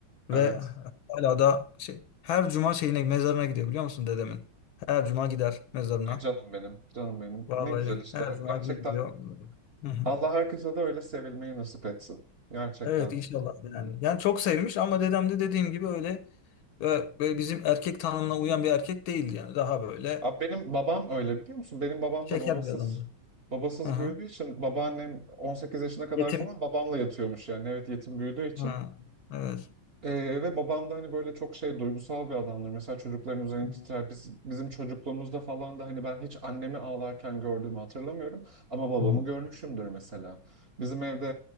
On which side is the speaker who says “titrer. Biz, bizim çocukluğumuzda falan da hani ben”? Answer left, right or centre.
Right